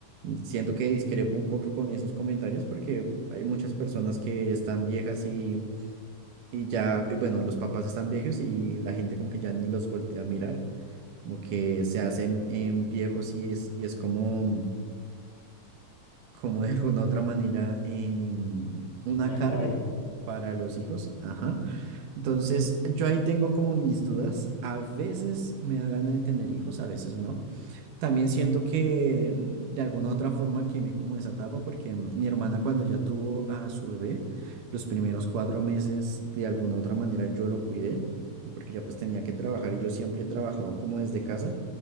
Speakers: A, on the right; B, on the left.
A: siento que discrepo un poco con esos comentarios porque hay muchas personas que están viejas y, y ya, y bueno, los papás están viejos y la gente como que ya ni los voltea a mirar, como que se hacen em, viejos y es, y es como como de alguna otra manera, em, una
B: Una
A: carga
B: carga, ¿no?
A: para los
B: Mm.
A: hijos. Ajá. Entonces, yo ahí tengo como mis dudas. A veces me da gana de tener hijos, a veces no. También siento que de alguna u otra forma quemé como esa etapa porque mm, mi hermana cuando ya tuvo a su bebé, los primeros cuatro meses de alguna u otra manera yo lo cuidé porque ya pues tenía que trabajar y yo siempre he trabajado como desde casa,